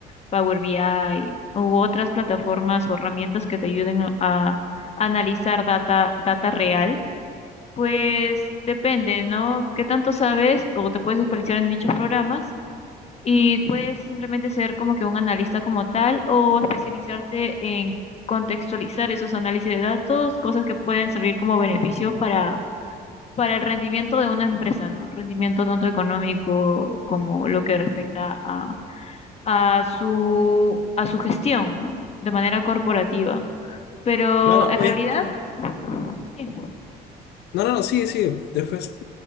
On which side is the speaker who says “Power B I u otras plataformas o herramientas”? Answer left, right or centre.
Left